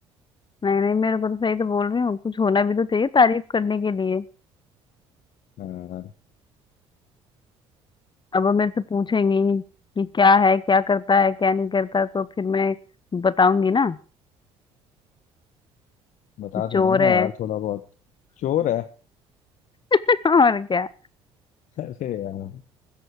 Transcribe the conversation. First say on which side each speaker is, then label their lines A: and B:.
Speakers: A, on the left (about 30°); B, on the left (about 55°).
A: नहीं नहीं मेरे को तो सही तो बोल रही हूँ कुछ होना भी तो चाहिए तारीफ करने के लिए
B: हाँ
A: अब वो मेरे से पूछेंगी कि क्या है क्या करता है क्या नहीं करता तो फिर मैं बताऊंगी ना
B: बता
A: कि
B: देना
A: चोर
B: ना
A: है
B: यार थोड़ा बहुत चोर है
A: <laughs> और क्या
B: <laughs> अरे यार